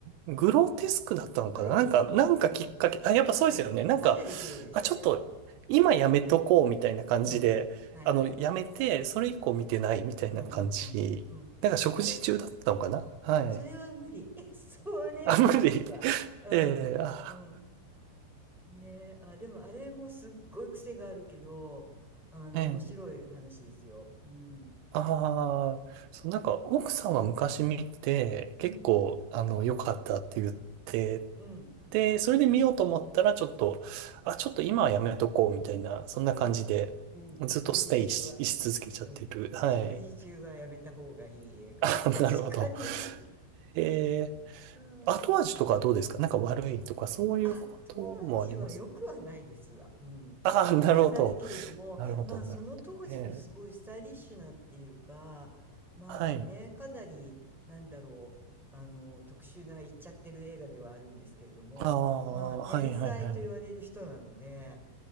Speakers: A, on the right; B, in the centre.
A: グロテスクだったのかななんか、
B: グロです。
A: なんかきっかけ、
B: うん。
A: あ、やっぱそうですよね。
B: はい。
A: なんか、
B: かなりグロです、
A: あ、ちょっと、
B: あれは。
A: 今やめとこうみたいな感じで、
B: うん。はいはい。
A: あの、やめて、それ以降見てないみたいな感じ。
B: うんうんうん。うん。
A: なんか食事中だったのかなはい。
B: あれあ、それは無理。<laughs> それ無理ですわ。
A: あ、無理。<laughs>
B: うん。
A: ええあ、
B: うん。ねえ、あ、でもあれもすっごい癖があるけど、あの、
A: ええ
B: 面白い話ですよ。うん。
A: ああ、そう、なんか奥さんは昔見て、
B: うん。
A: 結構、あの、良かったって言って、
B: うん。
A: で、それで見ようと思ったら、ちょっと、あ、ちょっと今はやめとこう、みたいな、そんな感じで、
B: うん。うん。
A: ずっとステイし、
B: 食事中は、
A: し続けちゃってる。
B: うん。
A: はい。
B: 食事中はやめた方がいい映画。
A: <laughs> あなるほど。
B: <laughs> 確かに。
A: え
B: <laughs> は
A: ー、後味とかどうですかなんか悪いとか、
B: い。
A: そういうこともあります。
B: 後味は良くはないですわ。うん。
A: <laughs> ああ、
B: 良くはないけれども、
A: なるほど。なるほど、
B: まあ、その当時のすごいスタイリッシュなっていうか、
A: なるほど。え
B: まあね、
A: ー、はい。
B: かなり、なんだろう、あの、特殊な言っちゃってる映画ではあるんですけれども、
A: ああ、
B: まあ、天才と言われる人なので、
A: はい、はい、はい。